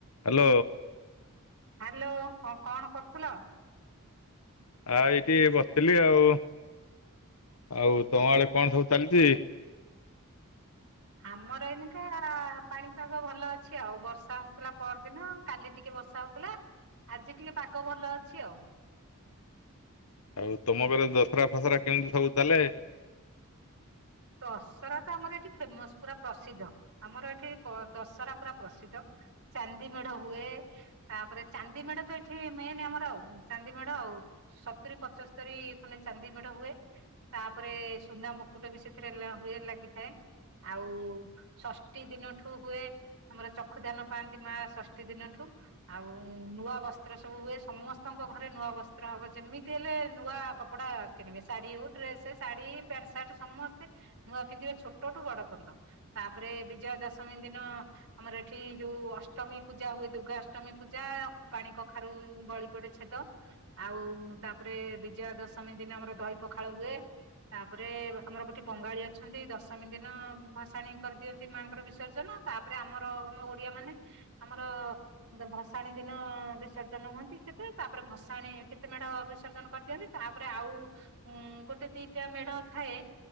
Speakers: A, on the left; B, on the right.
A: Hello
B: hello କଁ କଣ କରୁଥିଲ?
A: ଆ ଏଇଠି ବସିଥିଲି ଆଉ। ଆଉ ତମ ଆଡ଼େ କଣ ସବୁ ଚାଲିଚି?
B: ଆମର ଏଇନିକା ପାଣିପାଗ ଭଲ ଅଛି ଆଉ। ବର୍ଷା ହଉଥିଲା ପରଦିନ କାଲି ଟିକେ ବର୍ଷା ହଉଥିଲା ଆଜି ଟିକେ ପାଗ ଭଲ ଅଛି ଆଉ।
A: ଆଉ ତମ ଘରେ ଦଶରା ଫସରା କେମିତି ସବୁ ଚାଲେ?
B: ଦଶହରା ତ ଆମର ଏଠି ଫେମସ ପୁରା ପ୍ରସିଦ୍ଧ। ଆମର ଏଠି ଦଶହରା ପୁରା ପ୍ରସିଦ୍ଧ। ଚାନ୍ଦି ମେଢ ହୁଏ। ତାପରେ ଚାନ୍ଦି ମେଢ ତ ଏଠି ମେନ୍ ଆମର ଆଉ ଚାନ୍ଦି ମେଢ ଆ ଆଉ ସତୁରି ପଚସ୍ତରୀ ଖଣ୍ଡେ ଚାନ୍ଦି ମେଢ ହୁଏ। ତାପରେ ସୁନା ମୁକୁଟ ବି ସେ ଥିରେ ହୁଏ ଲାଗିଥାଏ। ଆଉ ଷଷ୍ଠୀ ଦିନଠୁ ହୁଏ ଆମର ଚକ୍ଷୁ ଦାନ ପାଆନ୍ତି ମା ଷଷ୍ଠୀ ଦିନଠୁ। ଆଉ ନୂଆ ବସ୍ତ୍ର ସବୁ ହୁଏ। ସମସ୍ତଙ୍କ ଘରେ ନୂଆ ବସ୍ତ୍ର ହବ। ଯେମିତି ହେଲେ ନୂଆ ଆ କପଡା କିଣିବେ। ଶାଢୀ ହଉ ଡ୍ରେସ, ଶାଢୀ, ପ୍ୟାଣ୍ଟ, ସାର୍ଟ, ସମସ୍ ସ୍ତେ ନୂଆ ପିନ୍ଧିବେ। ଛୋଟଠୁ ବଡ ପଞ୍ଚ। ତାପରେ ବିଜୟା ଦଶମୀ ଦିନ ଆମର ଏଠି ଯୋଉ ଅଷ୍ଟମୀ ପୂଜା ହୁଏ। ଦୁର୍ଗା ଅଷ୍ଟମୀ ପୂଜା ପାଣି କଖାରୁ ବଳି ପଡେ ଛେଦ। ଆଉ ତାପରେ ବିଜୟା ଦଶମୀ ଦିନେ ଆମର ଦହି ପଖାଳ ହୁଏ। ତାପରେ ଆମର ଏଠି ବଙ୍ଗାଳୀ ଅଛନ୍ତି। ଦଶମୀ ଦିନ ଭସାଣି କରିଦିଅନ୍ତି। ମାଙ୍କର ବିସର୍ଜନ ତାପରେ ଆମର ଆମ ଓଡିଆ ମାନେ ଆମର ଭସାଣି ଦିନ ବିସର୍ଜନ ହୁଅନ୍ତି କେତେ। ତାପରେ ଭସାଣି ଭି କେତେ ମେଢ ବିସର୍ଜନ କରିଦିଅନ୍ତି। ତାପରେ ଆଉ ଗୋଟେ ଦିଟା ମେଢ ଥାଏ।